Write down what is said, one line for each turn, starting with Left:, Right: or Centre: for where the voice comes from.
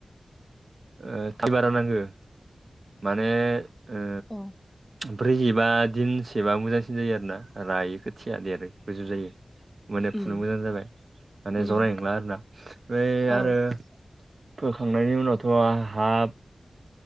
Right: ओ थालबारा होनांगो माने ओ
Centre: औ
Right: ब्रैजिबा दिनसेबा मोजांसिन जायो आरोना रायो खोथिया देरो गोजौ जायो। माने
Centre: उम
Right: फुनो मोजां जाबाय माने
Centre: उम
Right: जनाय नंला आरोना ओमफ्राय
Centre: औ
Right: आरो फोखांनायनि उनाव थ' हाब